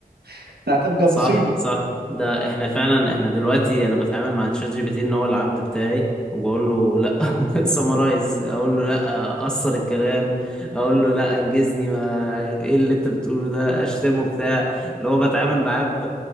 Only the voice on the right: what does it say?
<laughs> ده هتبقى
مصيبة